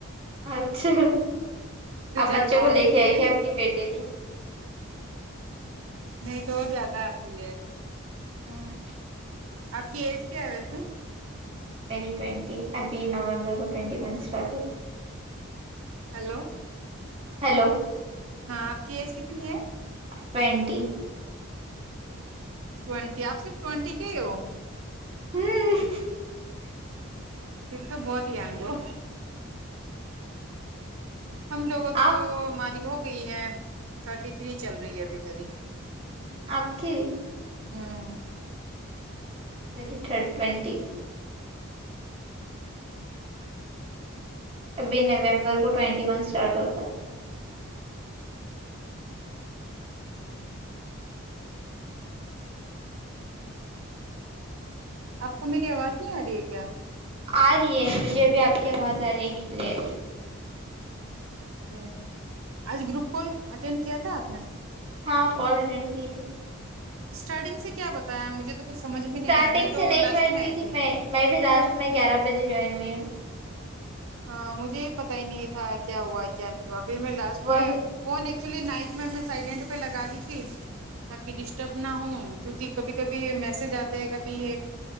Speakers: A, on the right; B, on the right.
A: اچھا آپ
B: زیادہ
A: بچوں کو
B: آتی
A: لے کے آئے
B: ہے
A: گے آپ کی بیٹے کو
B: نہیں تو اور زیادہ آتی ہے
A: ہمم
B: آپ کی ایج کیا ہے ویسے
A: میری ٹوئنٹی ابھی نومبر کو ٹوئنٹی ون اسٹارٹ ہو
B: ہیلو
A: ہیلو
B: ہاں آپ کی ایج کتنی ہے
A: ٹوئنٹی
B: ٹوئنٹی آپ صرف ٹوئنٹی کے ہی ہو
A: ہممم
B: تم تو بہت ینگ ہو ہم لوگوں
A: آپ
B: تو ماری ہو گئی ہے تھرٹی تھری چل رہی ہے ابھی میری
A: آپ کی
B: ہمم
A: میری تھرڈ ٹوئنٹی ابھی نومبر کو ٹوینٹی ون اسٹارٹ ہوتا ہے
B: آپ کو میری آواز نہیں آ رہی ہے کیا
A: آ رہی ہے مجھے بھی آپ کی آواز آ رہی ہے کلیر
B: ا آج گروپ کال اٹینڈ کیا تھا آپ نے
A: ہاں کال اٹینڈ کی تھی
B: اسٹارٹنگ سے کیا بتایا مجھے تو کچھ سمجھ میں
A: اسٹارٹنگ
B: نہیں آیا میں تو
A: سے نہیں
B: لاسٹ
A: جوائن
B: میں
A: ہوئی
B: آئی تھی
A: میں بھی لاسٹ میں گیارہ بجے جوائن ہوئی ہوں
B: ہاں مجھے یہ پتا ہی نہیں تھا کیا ہوا کیا نہیں ہوا پھر میں لاسٹ
A: وہی
B: میں فون ایکچولی نائٹ میں نے سائلینٹ پہ لگا دی تھی تاکہ ڈسٹرب نہ ہوں کیونکہ کبھی کبھی میسج آتے ہیں کبھی